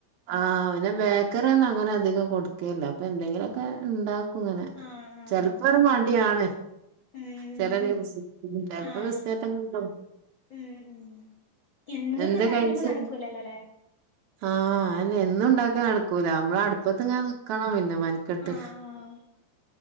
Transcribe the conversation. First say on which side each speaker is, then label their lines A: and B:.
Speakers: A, on the right; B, on the left.
A: ആഹ് പിന്നെ ബേക്കറി ഒന്നും അങ്ങനെ അധികം കൊടുക്കേല്ല. അപ്പൊ എന്തെങ്കിലുമൊക്കെ ഉണ്ടാ ഇങ്ങനെ
B: ആഹ് ആഹ്
A: ചെലപ്പോര് മടി ആണ്.
B: ഉം
A: ചെല ദിവസം
B: ഉം
A: ചെലപ്പ
B: ആഹ്
A: ബിസ്‌കറ്റ്
B: ഉം ഉം എന്നൊന്നും
A: എന്താ
B: ഉണ്ടാക്കല്
A: കഴിച്ച്?
B: ഇപ്പോ നടക്കൂലല്ലോല്ലേ
A: ആഹ് അന്നെ എന്നും ഉണ്ടാക്കാൻ നടക്കൂല നമ്മള്
B: ഉം
A: അടുപ്പത്ത് ഇങ്ങനെ നിക്കണം പിന്നെ മനക്കെട്ട്
B: ആഹ് ആഹ്